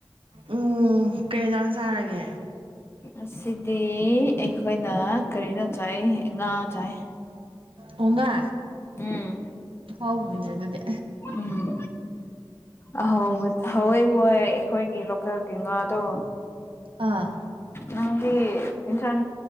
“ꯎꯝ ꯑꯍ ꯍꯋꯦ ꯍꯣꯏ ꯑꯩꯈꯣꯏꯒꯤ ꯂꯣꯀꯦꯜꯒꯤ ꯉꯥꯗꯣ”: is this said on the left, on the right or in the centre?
Left